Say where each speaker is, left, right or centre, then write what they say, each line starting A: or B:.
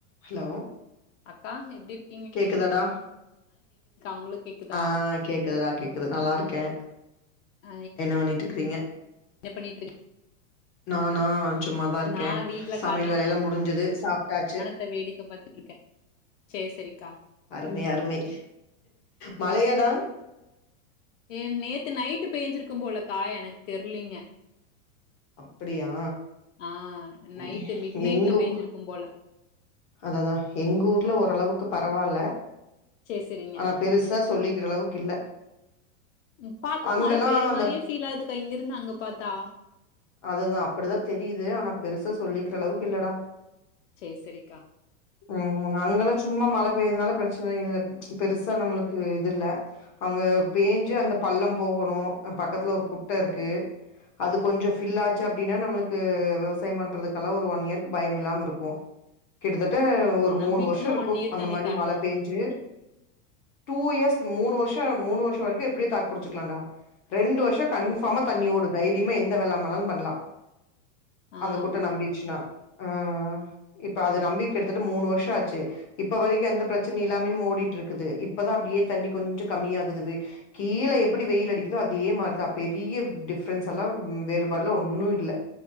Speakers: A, on the left; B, on the left.
A: ஹலோ
B: அக்கா எப்டி இருக்
A: கேக்குதாடா
B: உங்களுக்கு கேக்குதா
A: ஆ கேக்குதுடா கேக்குது நல்லாருக்கே
B: ஆ
A: என்ன பண்ணீட்டுக்கறீங்க
B: என்ன பண்ணிட்ருக்
A: நானா சும்மாதா இருக்கே
B: நா வீட்லக்கா
A: சமையல் வேலையெல்லா முடிஞ்சிது சாப்ட்டாச்சு
B: தா வேடிக்க பாத்துட்ருக்கே சேர் சேரிக்கா
A: அருமை அருமை மழையாடா
B: ஏ நேத்து நைட்டு பேஞ்சிருக்கும்போலக்கா எனக் தெர்லீங்க
A: அப்படியா
B: ஆ நைட்டு
A: ம்
B: மிட் நைட்ல
A: எங்க
B: பேஞ்சிருக்கும்போல
A: ஊ அததா எங் ஊர்ல ஓரளவுக்கு பரவால்ல
B: சேர் செரிங்க
A: ஆனா பெருசா சொல்லிக்கிறளவுக் இல்ல
B: ம் பாத்தா
A: அங்கெல்லா
B: மழ பெய்ற
A: அந்த
B: மாரியே ஃபீல் ஆகுதுக்கா இங்கிருந்து அங்க பாத்தா
A: அதுதா அப்பிடிதா தெரியுது ஆனா பெருசா சொல்லிக்கிறளவுக் இல்லடா
B: சேர் செரிக்கா
A: ம் அங்கெல்லா சும்மா மழ பெய்றதுனால பிரச்சன இல்ல பெருசா நம்ளுக்கு இது இல்ல அங்க பேஞ்சு அந்த பள்ளம் போகணு அ பக்கத்துல ஒரு குட்ட இருக்கு அது கொஞ்சோ ஃபில் ஆச்சு அப்டினா நம்ளுக்கு விவசாயம் பண்றதுக்கெல்லா ஒரு ஒன் இயர்க்கு பயமில்லாம இருக்கு கிட்டத்தட்ட ஒரு
B: ஓ நம்பிடுச்சுன்னா
A: மூணு வர்ஷோ இருக்கு
B: ஒன் இயர்
A: அந்த
B: தண்ணி
A: மாரி
B: தாட்டு
A: மழ பேஞ்சு டூ இயர்ஸ் ம் மூணு வர்ஷோ மூணு வர்ஷோ வரைக்கு எப்டியோ தாக் புடிச்சுக்கலான்டா ரெண்டு வர்ஷோ கன்ஃபாமா
B: ஓ சே
A: தண்ணி ஓடு தைரியமா எந்த வெள்ளாம் வேணாலு பண்லா
B: ஆ
A: அந்த குட்ட நம்பீர்ச்சுன்னா
B: ஆ
A: ஆ இப்ப அது நம்பி கிட்டத்தட் மூணு வர்ஷோ ஆச்சு இப்ப வரைக்கு எந்த பிரச்சனையில்லாமயும் ஓடிட்ருக்குது இப்பதா அப்டியே தண்ணி கொஞ்சோ கம்மியாகுது அ கீழ எப்பிடி வெயில் அடிக்குதோ அதே மாரிதா பெரிய டிஃப்ரென்ஸ் எல்லா வேறுபாடுலா ஒன்னு இல்ல